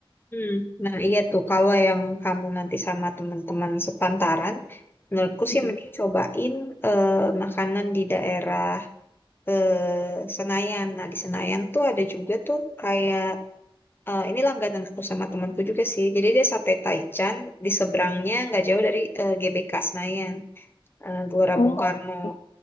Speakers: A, on the left; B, on the left.
A: Hmm, Nah, iya tuh. Kalau yang kamu nanti sama teman-teman sepantaran, menurutku sih
B: Mm-mm.
A: mending cobain eh, makanan di daerah eh, Senayan. Nah, di Senayan tuh ada juga tuh kayak eh, ini langganan aku sama temanku juga sih. Jadi dia sate Taichan di seberangnya nggak jauh dari eh, GBK Senayan, eh, Gelora
B: Oh,
A: Bung Karno.
B: oke.